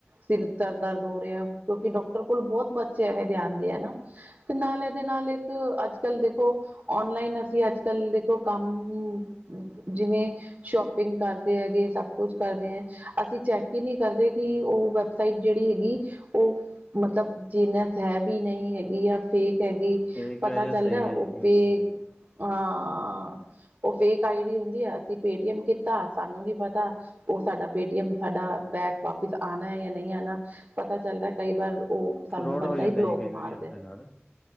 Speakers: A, on the right; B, on the left.
A: ਸਿਰ ਦਰਦ ਹੋ ਰਿਹਾ। ਕਿਉਂਕਿ ਡਾਕਟਰ ਕੋਲ ਬਹੁਤ ਬੱਚੇ ਐਵੇਂ ਦੇ ਆਉਦੇ ਨਾ। ਤੇ ਨਾਲ ਇਹਦੇ ਨਾਲ ਇੱਕ ਅੱਜ -ਕੱਲ੍ਹ ਦੇਖੋ। ਔਨਲਾਈਨ ਅਸੀਂ ਅੱਜ- ਕੱਲ ਦੇਖੋ ਕੰਮ ਜਿਵੇਂ ਸ਼ੋਪਿੰਗ ਕਰਦੇ ਹੈਗੇ ਸਭ ਕੁਛ ਕਰਦੇ ਹੈ। ਅਸੀਂ ਚੈੱਕ ਹੀ ਨਹੀਂ ਕਰਦੇ। ਕਿ ਉਹ ਸਾਈਡ ਜਿਹੜੀ ਹੈਗੀ। ਉਹ ਮਤਲਬ ਜੀਨਸ ਹੈ ਵੀ ਨਹੀਂ ਹੈਗੀ ਆ। ਫੇਕ ਹੈਗੀ।
B: ਫੇਕ
A: ਪਤਾ
B: ਹੈ ਜਾਂ
A: ਚੱਲਦਾ।
B: ਸਹੀ ਹੈ
A: ਉਹ
B: ਜੀ
A: ਫੇਕ
B: ਬਿਲਕੁਲ
A: ਹਾਂ ਉਹ ਫੇਕ ਆਈ ਡੀ ਹੁੰਦੀ ਹੈ। ਅਸੀਂ ਪੇਟੀਐਮ ਕੀਤਾ। ਸਾਨੂੰ ਨੀ ਪਤਾ। ਉਹ ਸਾਡਾ ਪੇਟੀਐਮ। ਸਾਡਾ ਬੈਗ ਵਾਪਿਸ ਆਉਣਾ ਜਾਂ ਨਹੀਂ ਆਉਣਾ। ਪਤਾ ਚੱਲਦਾ ਕਈ ਵਾਰ। ਉਹ ਸਾਨੂੰ
B: ਫਰੋਡ
A: ਬੰਦਾ
B: ਹੋ ਜਾਂਦਾ
A: ਹੀ ਬਲੋਕ
B: ਜੀ ਕਈ ਵਾਰੀ
A: ਮਾਰਦੇ।
B: ਆਪਣੇ ਨਾਲ